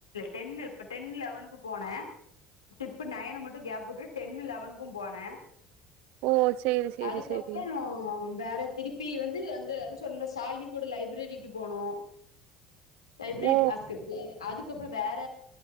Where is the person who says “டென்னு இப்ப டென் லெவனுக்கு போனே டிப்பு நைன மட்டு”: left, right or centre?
Left